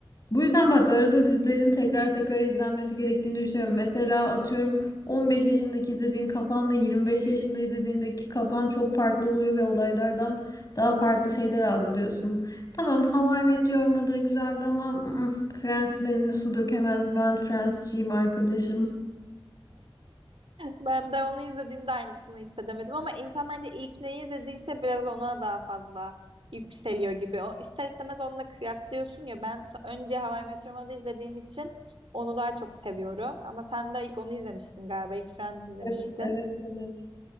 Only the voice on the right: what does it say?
Ben de onu izlediğimde aynısını hissedemedim ama insan bence ilk neyi izlediyse biraz ona daha fazla yükseliyor gibi. O ister istemez onunla kıyaslıyorsun ya. Ben so- önce How I Met Your Mother'ı izlediğim için onu daha çok seviyorum. Ama sen de ilk onu izlemiştin galiba. İlk Friends izlemiştin.